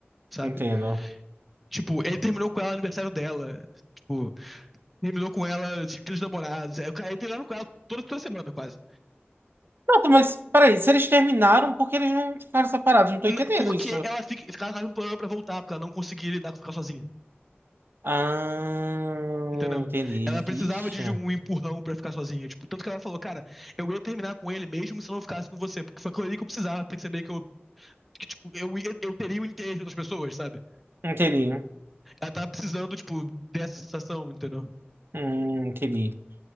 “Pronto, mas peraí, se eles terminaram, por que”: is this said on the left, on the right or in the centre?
Right